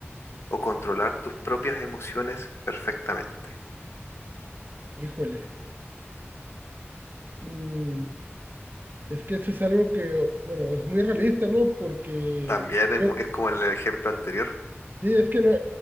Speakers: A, on the left; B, on the right.
A: o controlar tus propias emociones perfectamente?
B: Híjole, mm, es que eso es algo que, bueno, es muy realista, ¿no? Porque
A: También es,
B: yo,
A: mu- es como el ejemplo anterior.
B: sí, es que no,